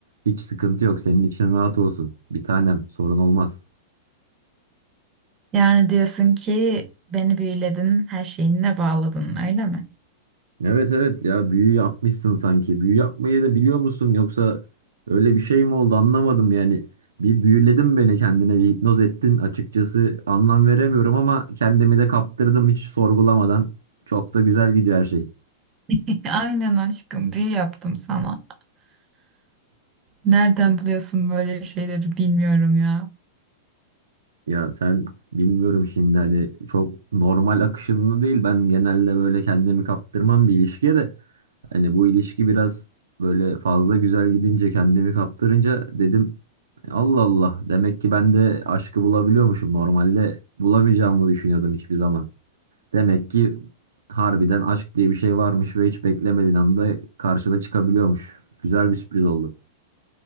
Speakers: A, on the right; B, on the right.
A: Hiç sıkıntı yok. Senin için rahat olsun. Bir tanem, sorun olmaz.
B: Yani diyorsun ki beni büyüledin, her şeyinle bağladın öyle mi?
A: Evet evet ya büyü yapmışsın sanki. Büyü yapmayı da biliyor musun yoksa öyle bir şey mi oldu anlamadım yani. Bir büyüledin beni kendine bir hipnoz ettin açıkçası anlam veremiyorum ama kendimi de kaptırdım hiç sorgulamadan. Çok da güzel gidiyor her şey.
B: <laughs> Aynen aşkım büyü yaptım sana. Nereden buluyorsun böyle şeyleri bilmiyorum ya.
A: Ya sen bilmiyorum şimdi hani çok normal akışında değil ben genelde böyle kendimi kaptırmam bir ilişkiye de. Hani bu ilişki biraz böyle fazla güzel gidince kendimi kaptırınca dedim Allah Allah demek ki ben de aşkı bulabiliyormuşum. Normalde bulamayacağımı düşünüyordum hiçbir zaman. Demek ki harbiden aşk diye bir şey varmış ve hiç beklemediğin anda karşına çıkabiliyormuş. Güzel bir sürpriz oldu.